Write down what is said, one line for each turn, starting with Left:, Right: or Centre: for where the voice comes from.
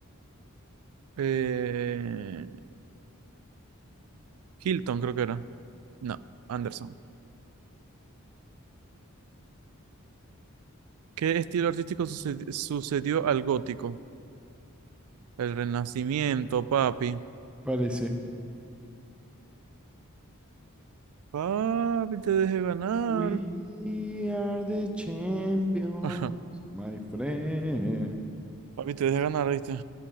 Right: Eh, Hilton, creo que era. No, Anderson. ¿Qué estilo artístico sucedi- sucedió al gótico? El Renacimiento, papi.
Centre: parece.
Right: Papi, te dejé ganar.
Centre: We are the champions,
Right: Ajá,
Centre: my friend.
Right: Papi, te dejé ganar, ¿viste?